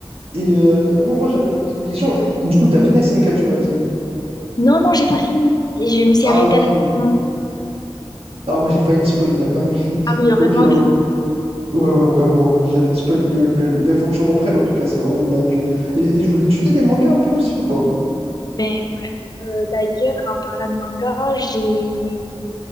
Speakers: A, on the right (about 85°); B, on the left (about 45°).
A: Et euh, moi, moi j'aimerais te poser une question. Du coup, t'as fini SNK, tu m'as dit.
B: Non, non, j'ai pas fini. Et je me suis
A: Ah,
B: arrêtée
A: ok.
B: à la.
A: ouais.
B: saison.
A: Ah, ouais, j'ai failli te spoil la dinguerie. <laughs>
B: Ah oui, heureusement
A: Ok, ouais, ouais,
B: que...
A: ouais, ouais, vraiment. J'allais te spoil le, le- le- Mais faut que tu reprennes, en tout cas, c'est vraiment une dinguerie. Et, et je- et tu lis des mangas un peu aussi ou pas?
B: Mais ouais. Euh, d'ailleurs, en parlant de manga, j'ai il